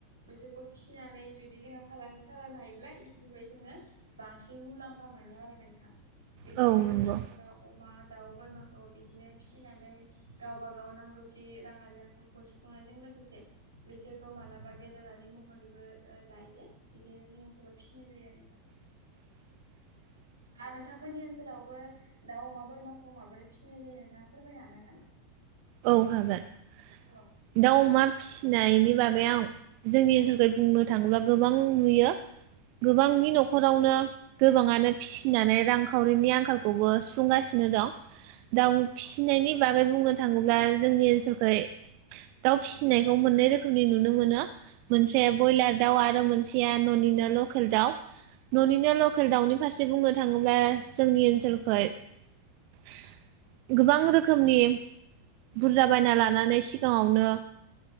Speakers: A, on the right (about 80°); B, on the right (about 45°).
A: बिसोरखौ फिसिनानै जुदि जोङो फालांगि खालामनो हायोब्ला इसोरनिफ्राय जोङो बांसिन मुलाम्फा। मोनो आरो नोंथां बिदिनो
B: औ
A: जोंनि
B: नंगौ
A: ओनसोलाव अमा। दाउ बोरमाखौ बिदिनो फिसिनानै गावबा गाव नांगौथि। राङारि आंखालखौ सुफुंनायजों लोगोसे बिसोरखौ मालाबा बेदरारि महरैबो जायो। बिदिनो जोङो जेब फिनाय जायो आरो नोंथां।
B: <inaudible>
A: हा नोंथांमोननि ओनसोलावबो दाव अमा बोरमाखौ माबोरै फिसिनाय जायो नोंथाङा फोरमायनो हागोन नामा।
B: औ हागोन
A: औ
B: दाउ अमा। फिनायनि बागै आं जोंनि ओनसोलख बुंनो थाङोब्ला गोबां नुयो। गोबांनि न'खरावनो गोबाङानो फिसिनानै रांखावरिनि आंखालखौबो सुफुंगासिनो। फिनो दं दाउ फिसिनायनि बागै बुंनो थाङोब्ला जोंनि ओनसोलखै। दाउ फिसिनायखौ मोननै रोखोमनि नुनो मोनो। मोनसेया ब्रयलार दाउ आरो मोनसेया न'निनो लकेल दाउ। न'निनो लकेल दाउनि फारसे बुंनो थाङोब्ला जोंनि ओनसोलखै। <unintelligible> गोबां रोखोमनि बुरजा बायना लानानै सिगाङावनो।